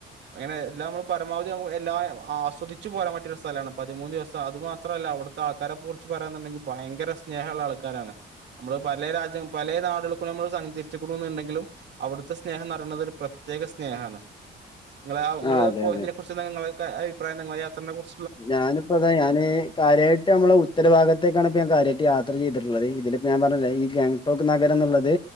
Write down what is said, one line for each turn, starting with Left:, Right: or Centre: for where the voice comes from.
Right: അങ്ങനെ എല്ലാം നമ്മള് പരമാവധി നമു എല്ലാം ആസ്വദിച്ചു പോരാൻ പറ്റിയ ഒരു സ്ഥലാണ് പതിമൂന്ന് ദിവസം അത് മാത്രമല്ല അവിടുത്തെ ആൾക്കാരെ കുറിച്ച് പറയാനുണ്ടെങ്കി ഭയങ്കര സ്നേഹ ഒള്ള ആൾക്കാരാണ് നമ്മള് പല രാജ്യം പലേ നാടുകൾക്കൂടി നമ്മൾ സഞ്ചരിച്ചിരിക്കുണുന്നുണ്ടെങ്കിലും അവിടുത്തെ സ്നേഹം ന ണത് ഒരു പ്രത്യേക സ്നേഹാണ് നിങ്ങളാ നിങ്ങള്
Left: ആഹ് അതെ
Right: പോയതിനെ
Left: അതെ
Right: കുറിച്ച് എന്താ നിങ്ങളൊക്കെ അഭിപ്രായം നിങ്ങളെ യാത്രേനെ കുറി
Left: ഞാനിപ്പോ അതാ ഞാന് കാര്യായിട്ട് നമ്മള് ഉത്തരഭാഗത്തേക്കാണ് ഇപ്പോ ഞാൻ കാര്യായിട്ട് യാത്ര ചെയ്തിട്ടുള്ളത് ഇതിലിപ്പോ ഞാൻ പറഞ്ഞില്ലേ ഈ ഗാംഗ്ടോക്ക് നഗരം എന്നുള്ളത്